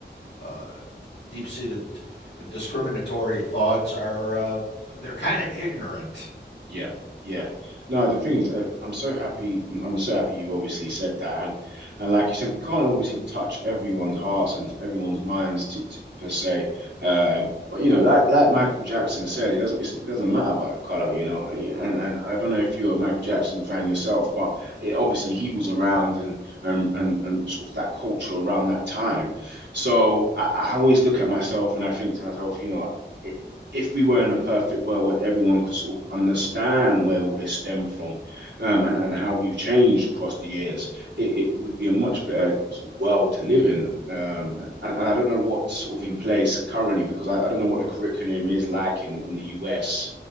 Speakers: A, on the left; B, on the right.
A: uh, deep seated discriminatory thoughts are uh, they're kind of ignorant.
B: Yeah, yeah. No, the thing is, I, I'm so happy. I'm so happy you obviously said that, and and like you said, we can't obviously touch everyone's hearts and everyone's minds to, to per se. Um, but you know, like like Michael Jackson said, it doesn't it's, it doesn't matter about the color, you know. And and I don't know if you're a Michael Jackson fan yourself, but it, obviously he was around and and and and sort of that culture around that time. So I, I always look at myself and I think to myself, you know if we were in a perfect world where everyone could sort of understand where all this stemmed from um, and, and how we've changed across the years, it, it would be a much better sort of world to live in. Um, and, and I don't know what's sort of in place currently because I, I don't know what the curriculum is like in the, in the US.